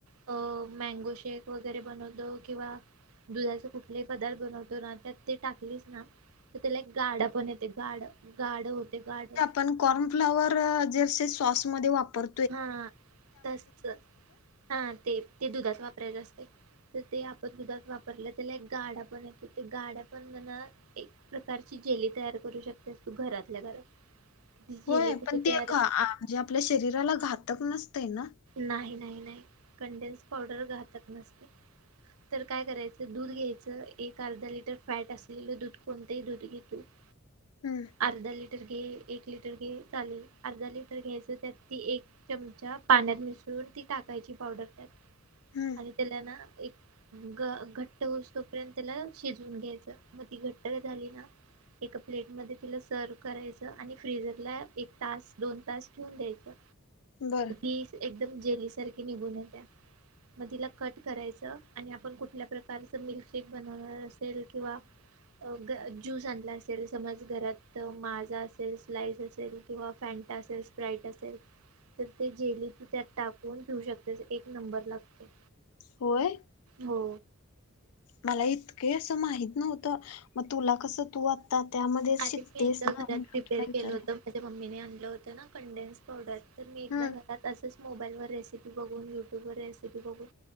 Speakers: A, on the right (about 80°); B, on the left (about 80°).
A: हो मॅगो शेक वगैरे बनवतो किंवा. दुधाचा कुठलेही पदार्थ बनवतो ना त्यात ते टाकलीच ना. तिथं त्याला एक गाडा पण येते गाड गाड होते गाड
B: पण कॉर्नफ्लावर जेसे सॉसमध्ये वापर
A: हा तस हा ते ते दुधात वापरायच असते. तर ते आपण दुधात वापरलं त्याला एक गाडा पण येतो ते गाड्या पण म्हण एक प्रकारची जेली तयार करू शकतेस तू घरातल्या घरात ती जेली
B: होय
A: कशी
B: पण
A: तयार
B: ते का म्हणजे आपल्या शरीराला घातक नसतंय ना?
A: नाही नाही नाही कंडेन्स पावडर घातक नसते. तर काय करायचं दूध घ्यायचं एक अर्धा लिटर फॅट असलेलं दूध कोणतंही दूध घेतो <inaudible>
B: हम्म!
A: अर्धा लिटर घे एक लिटर घे चालेल अर्धा लिटर घ्यायचं त्यात ती एक चमचा पाण्यात मिसळून ती टाकायची पावडर त्यात
B: हम्म
A: आणि त्याला ना एक ग घट्ट होऊस तोपर्यंत त्याला शिजवून घ्यायचं मग ती घट्ट झाली ना एका प्लेट मध्ये तिला सर्व करायचं आणि फ्रीिझरला एक तास दोन तास ठेवून द्यायचं
B: बर!
A: की एकदम जेली सारखी निघून येत्या. म तिला कट करायचं आणि आपण कुठल्या प्रकारच मिल्कशेक बनवणार असेल किंवा अ ग ज्युस आणला असेल समज घरात माझा असेल स्लाईस असेल किंवा फँ- टा असेल स्प्राईट असेल तर ते जेली तु त्यात टाकून ठेऊ शकतेस एक नंबर लागते.
B: होय?
A: हो!
B: मला इतके असं माहित नव्हतं म तुला कसं तु ता त्यामध्ये
A: आणि
B: शितेस
A: मी एकदा
B: ना
A: घरात
B: म्हण्टलं
A: प्रिपेअर
B: तुला विचारय
A: केलं होतं माझ्या मम्मीने आणलं होतं ना कंडेन्स पावडर तर मी एकदा
B: हम्म
A: घरात अस तस मोबाईलवर रेसिपी बघून युट्यूब वर रेसिपी बघून